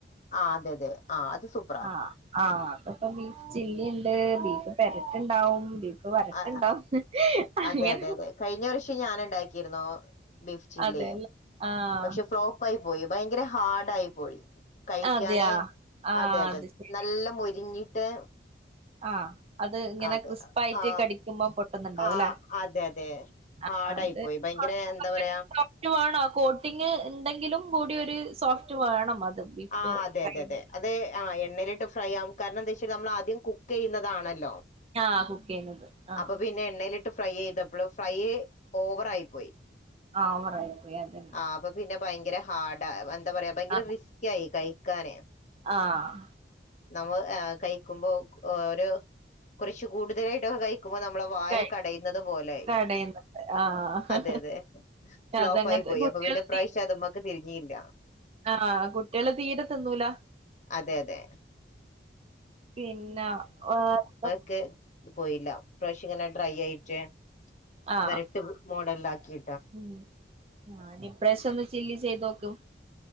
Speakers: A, on the left (about 40°); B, on the right (about 35°).
A: ആഹ് അതെ അതെ ആഹ് അത് സൂപ്പറാ
B: ആഹ് ആഹ് അത്പ്പോ ബീഫ് ചില്ലി ഉണ്ട് ബീഫ് പെരട്ട്ണ്ടാവും ബീഫ് <unintelligible> വരട്ടണ്ടാ
A: ആ
B: അങ്ങനെ
A: അതെ അതെ അതെ കഴിഞ്ഞ വർഷം ഞാനുണ്ടാക്കിയിരുന്നു ബീഫ് ചില്ലിയും
B: അതെല്ല ആഹ്
A: പക്ഷെ ഫ്ലോപ്പായി പോയി ഭയങ്കര ഹാർഡായി പോയി കഴിക്കാനെ
B: അതെയാ ആഹ്
A: അതെ അതെ
B: അത് ശരി
A: നല്ല മൊരിഞ്ഞിട്ട്
B: ആഹ് അത് ഇങ്ങനെ
A: അതെ
B: ക്രിസ്പായിട്ട്
A: ആ
B: കടി ക്കുമ്പോ പൊട്ടുന്നുണ്ടാവും
A: ആ
B: അല്ലേ
A: അതെ അതെ
B: ആഹ്
A: ഹാർഡായി
B: അത്
A: പോയി ഭയങ്കര
B: <unintelligible>
A: എന്താ പറയാ
B: <unintelligible> വേണം കോട്ടിംഗ് ഇണ്ടെങ്കിലും കൂടി ഒരു സോഫ്റ്റ് വേണം അത് ബീഫ്
A: ആഹ് അതെ
B: ഫ്രൈ
A: അതെ അതെ അത് ആഹ് എണ്ണയിലിട്ട് ഫ്രൈയാവും കാരണം എന്തേ വെച്ചാല് നമ്മള് ആദ്യം കുക്ക് ചെയ്യുന്നതാണല്ലോ
B: ആഹ് കുക്ക് ചെയ്യുന്നത് ആഹ്
A: അപ്പൊ പിന്നെ എണ്ണയിലിട്ട് ഫ്രൈ ചെയ്തപ്പൊള് ഫ്രൈ ഓവറായി പോയി
B: ആഹ് ഓവറായി പോയി അതെ
A: ആഹ് അപ്പൊ പിന്നെ ഭയങ്കര ഹാർഡാ എന്താ പറയാ ഭയങ്കര
B: ആഹ്
A: റിസ്കി ആയി കയ് ക്കാനെ
B: ആഹ്
A: നമ്മ കഴിക്കുമ്പോ ഒരു കുറച്ച് കൂടുതലായിട്ടൊക്കെ കഴി ക്കുമ്പോ നമ്മളെ വായക്കെ
B: കൈ
A: അടയുന്നത് പോലായി
B: കടേന്നത് ആഹ്
A: അതെ, അതേ. ഫ്ലോപ്പായി
B: അതങ്ങനത്തെ
A: പോയി.
B: കുട്ടികള്
A: അപ്പോ പിന്നെ ഇപ്രാവശ്യം അത് മ്മക്ക് തിരിഞ്ഞില്ല.
B: ആ, കുട്ടിയാൾ തീരെ തിന്നൂല.
A: അതെ അതെ
B: പിന്നാ, വേറെന്താ.
A: ക്ക്‌ പോയില്ല. ഇപ്രാവശ്യം ഇങ്ങനെ ഡ്രൈ ആയിട്ട്
B: ആഹ്
A: ഇവര്ത്ത് മോഡൽ ആക്കി.
B: ഉം. ഞാൻ, ഇപ്രാവശ്യം ചെയ്യ്, ചെയ്ത് നോക്കും.